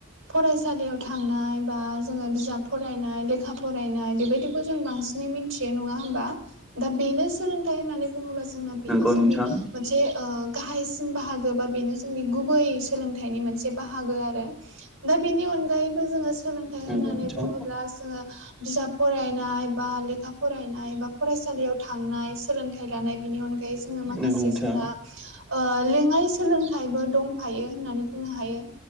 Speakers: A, on the right; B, in the centre.
A: फरायसालियाव थांनाय बा जोङो बिजाब फरायनाय लेखा फरायनाय बेबायदिखौ जों बांसिनै थियो नङा होमबा दा बेनो सोलों थाय होननानै बुङोब्ला जोंना बेनो
B: नंगौ
A: जोंनि
B: नोंथां
A: मोनसे ओ गाहायसिन बाहागो बा बेनो जोंनि गुबै सोलोंथाइनि मोनसे बाहागो आरो। दा बेनि अनगायैबो जोङो सोलोंथाइ
B: नंगौ
A: होननानै
B: नोंथां
A: बुङोब्ला जोङो बिजाब फरायनाय बा लेखा फरायनाय बा फरायसालियाव थांनाय सोलोंथाइ लानाय बिनि अनग गायै जोङो माखासे
B: नंगौ नोंथां
A: जोंना ओ लेङाइ सोलोंथाइबो दंफायो होननानै बुंनो हायो।